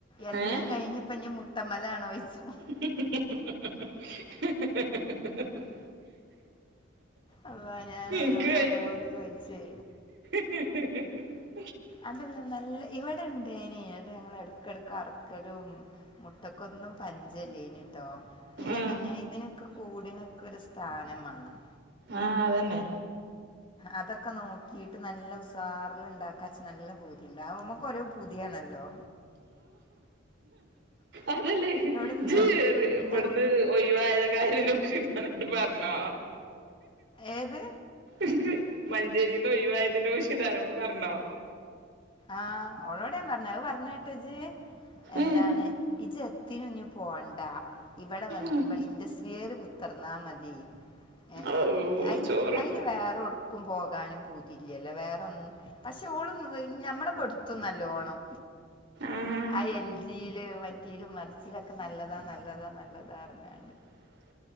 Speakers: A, on the left (about 25°); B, on the right (about 65°).
A: എല്ലം
B: ഏഹ്
A: കഴിഞ്ഞ് ഇഞ്ഞ്പ്പ മു ട്ട മലാണോയ്ച്ചും
B: ഹ് ഹ് ഹ് ഹ് ഹ് ഹ് ഹ്
A: അള്ളാ ഞാനയ്നോട്
B: ഇൻക്ക്
A: ഓരോന്ന് ചോയിച്ചേ
B: ഹ് ഹ് ഹ് ഹ്
A: അതല്ല നല്ല ഇവിടെണ്ടേനി ന്ന്ട്ട് ഞങ്ങള് എടക്കെടക്ക് അറക്കലും മുട്ടക്കൊന്നും പഞ്ചല്ലേനി ട്ടോ പിന്നെ
B: ഉം
A: പിന്നെ ഇതിനൊക്ക കൂടിനൊക്ക ഒരു സ്ഥാനം മാണം
B: ആഹ് അതെന്നെ
A: അതൊക്ക നോക്കീട്ട് നല്ല ഉസാറ്ല് ഇണ്ടാക്ക ഇച്ച് നല്ല പൂതി ആവുമ്പം പ്പ ഓരോ പൂതിയാണല്ലോ
B: അതല്ലേ
A: എവിടുന്ന്
B: ജ് റ് ഇബട്ന്ന്
A: എൻ്റെ
B: ഒഴിവായ കാര്യം നൗഷിതാന്നോട് പറഞ്ഞോ
A: ഏത്
B: ൻക്ക് മഞ്ചേരിന്ന് ഒഴിവായത് നൗഷിതാനോട് പറഞ്ഞോ
A: ആഹ് ഓളോട് ഞാൻ പറഞ്ഞ് അത് പറഞ്ഞേട്ടോ ഇജ് എന്താണ്
B: ഏഹ്
A: ഇജ്ജ് എത്തിനും ഇഞ്ഞ് പോണ്ട ഇവടെ വന്ന്
B: ഉം
A: ഇട ഇൻഡസ്ട്രിയെല് കു ത്തർന്നാ മതി ഏഹ്
B: ഔ
A: അയിന്
B: ചോറും
A: അയിന് വേറൊട് ക്കും പോകാനും പൂതിയില്ലല്ലോ വേറൊന്നും പക്ഷെ ഓള് ഞമ്മളെ പെടുത്തും നല്ലോണം
B: ആഹാ
A: ആ എൽ ജിയില് മറ്റേലും മറിച്ചിലൊക്കെ നല്ലതാ നല്ലതാ നല്ലതാർഞ്ഞാ
B: <inaudible>